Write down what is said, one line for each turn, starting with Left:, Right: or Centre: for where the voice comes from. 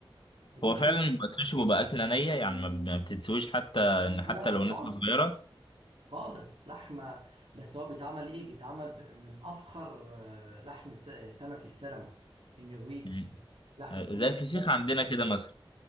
Right: فدي
Left: هو
Right: كانت
Left: فعلا بيبقى ترش وبيبقى اكله نيه يعني ما ما بتتسويش حتى ان
Right: لا
Left: حتى
Right: لا
Left: لو
Right: خالص
Left: نسبه صغيره
Right: خالص لحمه بس هو بيتعمل ايه بيتعمل ب- من افخر آه، لحم س- سمك السلمون النرويجي
Left: مم.
Right: لحم
Left: آه،
Right: سمك
Left: زي الفسيخ عندنا كده مثلا